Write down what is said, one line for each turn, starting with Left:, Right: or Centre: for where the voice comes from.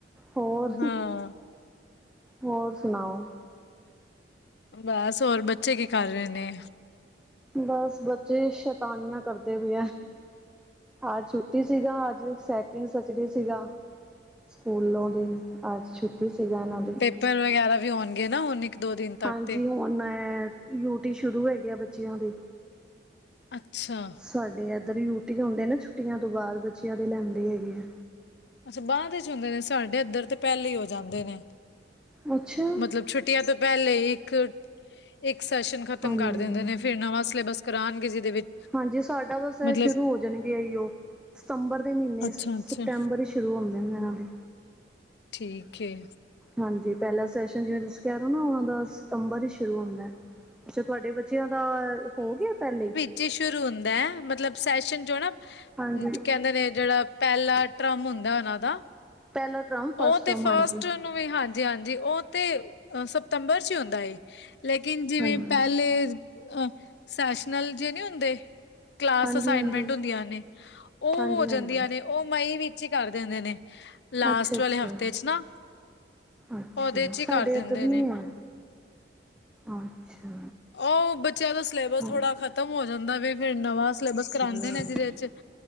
Centre: ਹੋਰ?
Left: ਹਾਂ।
Centre: ਹੋਰ ਸੁਣਾਓ?
Left: ਬਸ ਹੋਰ ਬੱਚੇ ਕੀ ਕਰ ਰਹੇ ਨੇ?
Centre: ਬਸ ਬੱਚੇ ਸ਼ੈਤਾਨੀਆਂ ਕਰਦੇ ਪਾਏ ਐ। ਅੱਜ ਛੁੱਟੀ ਸੀਗਾ ਅੱਜ ਸੈਕਿੰਡ ਸਚਡੇ ਸੀਗਾ। ਸਕੂਲੋਂ ਦੀ ਅੱਜ ਛੁੱਟੀ ਸੀਗਾ ਇਹਨਾਂ ਦੀ।
Left: ਪਹਿਲਾ ਵਗੈਰਾ ਵੀ ਹੋਉਣਗੇ ਨਾ ਹੁਣ ਇੱਕ ਦੋ ਦਿਨ ਤੱਕ
Centre: ਹਾਂਜੀ,
Left: ਤੇ
Centre: ਹੁਣ ਐ ਯੂਟੀ ਸ਼ੁਰੂ ਹੈਗੇ ਆ ਬੱਚਿਆਂ ਦੀ।
Left: ਅੱਛਾ।
Centre: ਸਾਡੇ ਇਏਧਰ ਯੂਟੀ ਹਉਂਦੇ ਨਾ ਛੁੱਟੀਆਂ ਤੋਂ ਬਾਅਦ ਬੱਚਿਆਂ ਦੀ ਲੈਂਦੇ ਹੈਗੇ ਆ।
Left: ਅੱਛਾ, ਬਾਅਦ ਦੇ ਚ ਹੁੰਦੇ ਨੇ ਸਾਡੇ ਅੱਧਰ ਤੇ ਪਹਿਲੇ ਹੀ ਹੋ ਜਾਂਦੇ ਨੇ
Centre: ਅੱਛਾ।
Left: ਮਤਲਬ ਛੁ ੁੱਟੀਆਂ ਤੋਂ ਪਹਿਲੇ ਇੱਕ ਇੱਕ ਸੈਸ਼ਨ ਖ਼ਤਮ
Centre: ਹਾਂਜੀ,
Left: ਕਰ ਦਿੰਦੇ ਨੇ। ਫ਼ਿਰ ਨਵਾਂ ਸਿਲੇਬਸ ਕਰਨਗੇ ਜਿਦੇ ਵਿੱਚ
Centre: ਹਾਂਜੀ, ਸਾਡਾ ਬਸ
Left: ਮਤਲਬ
Centre: ਸ਼ੁਰੂ ਹੋ ਜਾਣਗੇ ਏਹੋ। ਸਤੰਬਰ ਦੇ ਮਹੀਨੇ
Left: ਅੱਛਾ
Centre: ਸਪਟੰਬਰ
Left: ਅੱਛਾ
Centre: ਹੀ ਸ਼ੁਰੂ ਹੁੰਦੇ ਨੇ ਇਹਨਾਂ ਦੇ।
Left: ਠੀਕ ਹੈ।
Centre: ਹਾਂਜੀ, ਪਹਿਲਾ ਸੈਸ਼ਨ ਜਿਵੇਂ ਤੁਸੀਂ ਕਹਿ ਰਹੇ ਨਾ ਉਹਨਾਂ ਦਾ ਸਤੰਬਰ ਹੀ ਸ਼ੁਰੂ ਹੁੰਦਾ ਐ। ਅੱਛਾ। ਤੁਹਾਡੇ ਬੱਚਿਆਂ ਦਾ ਹੋ ਗਿਆ ਪਹਿਲੇ ਹੀ?
Left: ਜੀ, ਸ਼ੁਰੂ ਹੁੰਦਾ ਐ, ਮਤਲਬ ਸੈਸ਼ਨ ਜੋ ਨਾ
Centre: ਹਾਂਜੀ
Left: ਕਹਿੰਦੇ ਨੇ ਜਿਹੜਾ ਪਹਿਲਾ ਟਰਮ ਹੁੰਦਾ ਉਹਨਾਂ ਦਾ।
Centre: ਪਹਿਲਾ ਟਰਮ ਫਸਟ
Left: ਉਹ ਤੇ
Centre: ਟਰਮ ਹਾਂਜੀ।
Left: ਨੂੰ ਵੀ ਹਾਂਜੀ- ਹਾਂਜੀ ਉਹ ਤੇ ਸਤੰਬਰ ਚ ਹੁੰਦਾ ਐ। ਲੇਕਿਨ ਜਿਵੇਂ
Centre: ਹਾਂਜੀ।
Left: ਪਹਿਲੇ ਸੈਸ਼ਨਲ ਜੇ ਨਹੀਂ ਹੁੰਦੇ ਕਲਾਸ
Centre: ਹਾਂਜੀ
Left: ਅਸਾਈਨਮੈਂਟ
Centre: ਹਾਂਜੀ
Left: ਹੁੰਦੀਆਂ ਨੇ ਉਹ
Centre: ਹਾਂਜੀ
Left: ਹੋ ਜਾਂਦੀਆਂ
Centre: ਹਾਂਜੀ
Left: ਨੇ। ਉਹ ਮਈ ਵਿੱਚ ਹੀ ਕਰ ਦਿੰਦੇ ਨੇ ਲਾਸਟ।
Centre: ਅੱਛਾ ਅੱਛਾ-
Left: ਵਾਲੇ ਹਫ਼ਤੇ ਚ ਨਾ
Centre: ਅੱਛਾ
Left: ਉਹਦੇ ਚ ਹੀ
Centre: ਸਾਡੇ
Left: ਕਰ ਦਿੰਦੇ
Centre: ਇਏਧਰ ਨੀ
Left: ਨੇ
Centre: ਆ। ਅੱਛਾ।
Left: ਉਹ ਬੱਚਿਆਂ ਦਾ ਸਿਲੇਬਸ
Centre: ਹਾਂਜੀ
Left: ਥੋੜ੍ਹਾ ਖਤਮ ਹੋ ਜਾਂਦਾ ਵੀ ਫਿਰ ਨਵਾਂ ਸਿਲੇਬਸ ਕਰਾਂਦੇ
Centre: ਹਾਂਜੀ
Left: ਨੇ ਜਿਹਦੇ ਚ